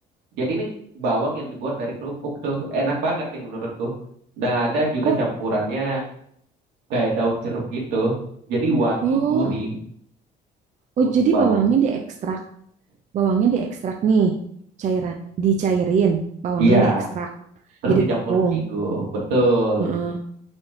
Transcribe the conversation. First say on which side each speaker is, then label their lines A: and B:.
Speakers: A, on the right; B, on the right.
A: Jadi ini bawang yang dibuat dari kerupuk tuh enak banget sih menurutku. Dan ada juga
B: Oh,
A: campurannya kayak daun jeruk gitu. Jadi wangi
B: oh,
A: gurih kerupuk
B: oh, jadi
A: bawang.
B: bawangnya diekstrak, bawangnya diekstrak nih, cairan, dicairin, bawangnya
A: Iya,
B: diekstrak,
A: terus
B: jadi
A: dicampur
B: tepung.
A: terigu. Betul.
B: mm